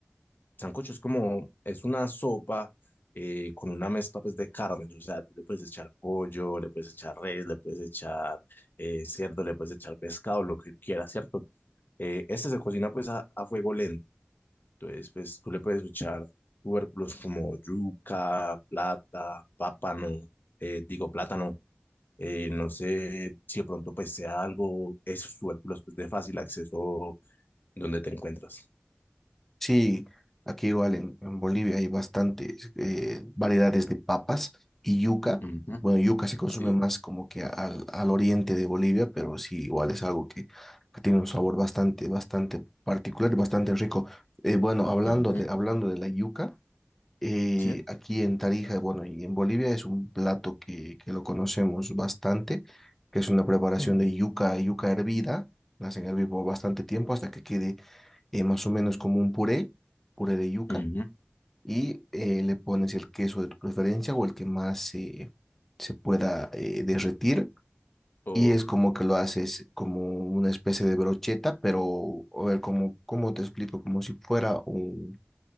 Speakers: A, on the left; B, in the centre.
A: Sancocho es como, es una sopa eh, con una mezcla pues de carnes, o sea, tú le puedes echar pollo, le puedes echar res, le puedes echar eh, cerdo, le puedes echar pescado, lo que tú quieras, ¿cierto? Eh, este se cocina pues a, a fuego lento entonces, pues tú le puedes echar tubérculos como yuca, plata, pápano, eh, digo plátano, eh, no sé si de pronto pues sea algo, esos tubérculos pues de fácil acceso donde te encuentras.
B: Sí, aquí igual en, en Bolivia hay bastantes eh, variedades de papas y yuca.
A: Ujú,
B: Bueno, yuca se consume
A: Sí.
B: más como que al, al oriente de Bolivia, pero sí, igual es algo que, que tiene un sabor bastante, bastante particular y bastante rico. Eh, bueno, hablando
A: ujú,
B: de, hablando de la yuca, eh,
A: Sí.
B: aquí en Tarija, bueno, y en Bolivia es un plato que, que lo conocemos bastante, que es una preparación
A: ujú,
B: de yuca, yuca hervida. La hacen hervir por bastante tiempo hasta que quede eh, más o menos como un puré, puré de yuca,
A: ujú,
B: y eh, le pones el queso de tu preferencia o el que más se, se pueda eh, derretir.
A: O,
B: Y es como que lo haces como una especie de brocheta, pero a ver, como, ¿cómo te explico? Como si fuera un,